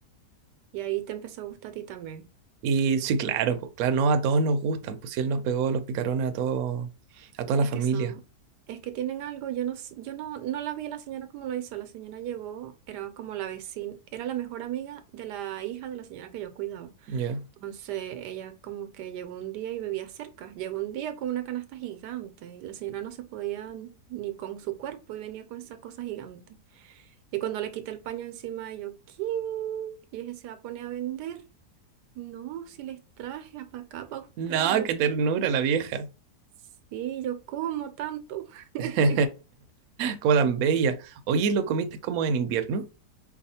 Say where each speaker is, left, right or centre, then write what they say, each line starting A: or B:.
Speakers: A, on the right; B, on the right.
A: Y ahí te empezó a gustar a ti también.
B: Y sí, claro, pues claro, no a todos nos gustan, pues si él nos pegó los picarones a todos, a toda la
A: Es
B: familia.
A: que son, es que tienen algo, yo no, s- yo no, no la vi a la señora como lo hizo. La señora llegó, era como la vecina, era la mejor amiga de la hija de la señora que yo cuidaba.
B: Ya.
A: Entonces ella como que llegó un día y vivía cerca. Llegó un día con una canasta gigante y la señora no se podía n- ni con su cuerpo y venía con esa cosa gigante. Y cuando le quité el paño encima, y yo, ¿qué? Y dije, se va a poner a vender. No, si les traje para acá para ustedes.
B: No, qué ternura la vieja.
A: Sí, yo como tanto. <laughs>
B: <laughs> Como tan bella. Oye, ¿lo comiste como en invierno?